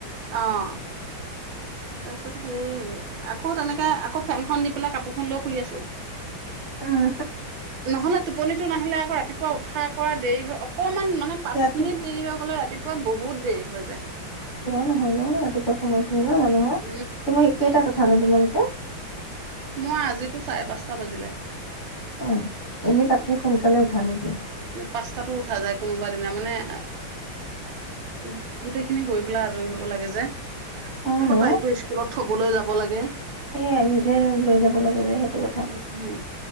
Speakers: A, on the right; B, on the left.
A: অহ। তাৰপিছত হেৰি আকৌ তেনেকে আকৌ ফেনখন দি পেলাই কাপোৰখন লৈ শুই আঁছো।
B: উম
A: নহলে টোপনিটো নাহিলে ৰাতিপুৱা উঠা-কৰা দেৰি হয়। <unintelligible> অকণমান, মানত, পাঁচ
B: ৰাতি
A: মিনিট দেৰি হৈ গ'লে, ৰাতি বহুত দেৰি হৈ যায়।
B: কিয় নহয় ন ৰাতিপুৱা সময় হেই ন <unintelligible>
A: উম
B: তুমি কেইটা উঠা ন তোমালোকে
A: মোৰ আজিতো চাৰে পাঁচটা বাজিলে।
B: উম, এনে তাতকে সোনকালে উঠা নেকি?
A: পাঁচটাতো উঠা যায় কোনোবা দিনা মানে- উউ-উ গোটেইখিনি গৈ পেলাই আজৰি হব লাগে যে
B: অ
A: আকৌ
B: ন
A: তাইকও স্কুলত থবলৈ যাব লাগে
B: সেয়াই নিজে লৈ যাব লাগে যে সেইটো কথা
A: উহহ